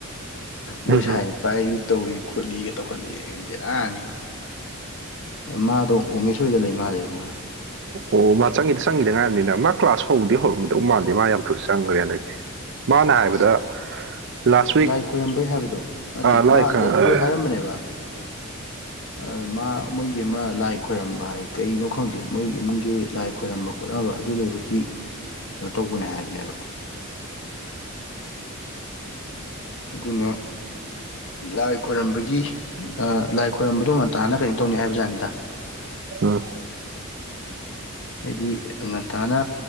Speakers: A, on the left; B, on the right.
A: ꯃꯣꯏ
B: ꯎꯝ
A: ꯁꯥꯏꯅ
B: ꯎꯝ
A: ꯄꯥꯏ ꯇꯧꯔꯤ ꯈꯣꯠꯂꯤꯒ ꯇꯧꯈꯠꯂꯛꯑꯦ ꯕꯦꯔꯥꯅꯤꯉꯣ ꯃꯥꯗꯣ ꯎꯃꯦꯁ ꯍꯣꯏꯗ ꯂꯩ ꯃꯥꯜꯂꯦ ꯉꯔꯥꯡ
B: ꯑꯣ ꯃꯥ ꯆꯪꯒꯤ ꯆꯪꯒꯤꯗ ꯉꯥꯏꯔꯤꯝꯅꯤꯅ ꯃꯥ ꯀ꯭ꯂꯥꯁ ꯍꯧꯗꯤ ꯍꯧꯔꯝꯒꯤꯗꯧ ꯃꯥꯟꯗꯦ ꯃꯥ ꯌꯥꯝ ꯊꯨꯅ ꯆꯪꯈ꯭ꯔꯦ ꯍꯟꯗꯛꯇꯤ ꯃꯥꯅ ꯍꯥꯏꯕꯗ ꯂꯥꯁ ꯋꯤꯛ
A: ꯂꯥꯏ ꯈꯣꯏꯔꯝꯕꯩ ꯍꯥꯏꯕꯗꯣ ꯅꯠꯇꯦ
B: ꯂꯥꯏꯛ
A: ꯃꯥꯗꯨ
B: ꯑꯥ
A: ꯑꯗꯨ ꯍꯥꯏꯔꯝꯕꯅꯦꯕ ꯑ ꯃꯥ ꯃꯣꯏꯒꯤ ꯑꯃ ꯂꯥꯏ ꯈꯣꯏꯔꯝꯕ ꯍꯥꯏ ꯀꯩꯅꯣ ꯈꯪꯗꯦ ꯃꯣꯏ ꯏꯃꯨꯡꯒꯤ ꯂꯥꯏ ꯈꯣꯏꯔꯝꯕ ꯈꯣꯠꯅꯕ ꯑꯗꯨ ꯂꯩꯕꯒꯤ ꯀꯩꯅꯣ ꯇꯧꯕꯅꯦ ꯍꯥꯏꯕꯅꯦꯕ ꯑꯗꯨꯅ ꯂꯥꯏ ꯈꯣꯏꯔꯝꯕꯒꯤ ꯑ ꯂꯥꯏ ꯈꯣꯏꯔꯝꯕꯗꯨ ꯉꯟꯇꯥꯅ ꯀꯩꯅꯣ ꯇꯧꯅꯤ ꯍꯥꯏꯕꯖꯥꯠꯅꯤꯗ
B: ꯎꯝ
A: ꯍꯥꯏꯗꯤ ꯉꯟꯇꯥꯅ